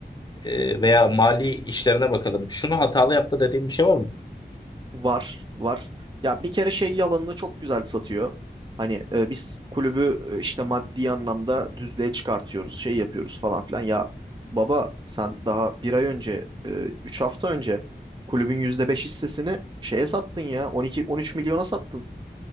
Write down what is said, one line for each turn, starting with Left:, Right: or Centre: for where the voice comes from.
Left: E, veya mali işlerine bakalım. Şunu hatalı yaptı dediğin bir şey var mı?
Right: Var, var. Ya bir kere şey yalanını çok güzel satıyor. Hani e, biz kulübü e, işte maddi anlamda düzlüğe çıkartıyoruz, şey yapıyoruz falan filan. Ya baba sen daha bir ay önce, e, üç hafta önce kulübün %5 hissesini şeye sattın ya, on iki on üç milyona sattın.